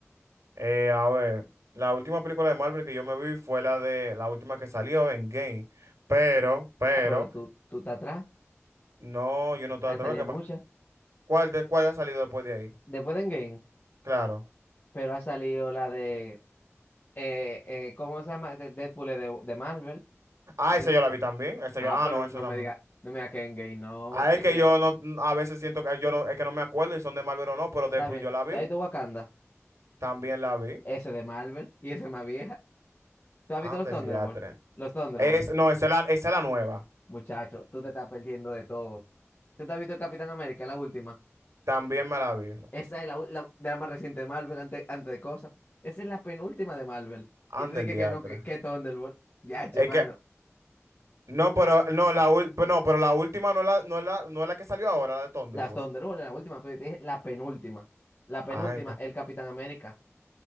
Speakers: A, on the right; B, on the left.
A: Eh, a ver, la última película de Marvel que yo me vi fue la de la última que salió en Game, pero, pero,
B: Ah, pero tú, tú te atrás.
A: no, yo no estoy
B: Han
A: atrás.
B: salido
A: ¿Qué
B: muchas.
A: pasa? ¿Cuál de cuál ha salido después de ahí?
B: Después de Endgame,
A: Claro.
B: pero ha salido la de, eh, eh, ¿cómo se llama? De- Deadpool es de, de Marvel.
A: Ah,
B: De-
A: esa yo la vi también. Esa
B: ah,
A: yo, ah,
B: pero
A: no, esa
B: no
A: también.
B: me diga, no me diga que Endgame, no,
A: Ah,
B: que,
A: es que
B: que,
A: yo no, a veces siento que yo no, es que no me acuerdo si son de Marvel o no, pero Deadpool
B: está bien.
A: yo la
B: ¿Está
A: vi.
B: ahí de Wakanda?
A: También la vi.
B: Ese de Marvel y ese más vieja. ¿Tú has
A: Anda
B: visto los Thunderbolts?
A: el diatre.
B: Los Thunderbolts.
A: Es, no, esa es la, esa es la nueva.
B: Muchacho, tú te estás perdiendo de todo. ¿Tú te has visto el Capitán América, la última?
A: También me la vi.
B: Esa es la, u- la- de la más reciente de Marvel, antes, antes de cosas. Esa es la penúltima de Marvel. Y
A: Anda
B: tú dices
A: el
B: que
A: diatre.
B: no, que, que Thunderbolt. Ya, che,
A: Es
B: mano.
A: que, no, pero, no, la, ul- pero no, pero la última no, es la, no, es la, no es la que salió ahora, la de Thunderbolt.
B: Las Thunderbolts, la última, pero dije la penúltima. La penúltima,
A: Ay, ca-
B: el Capitán América.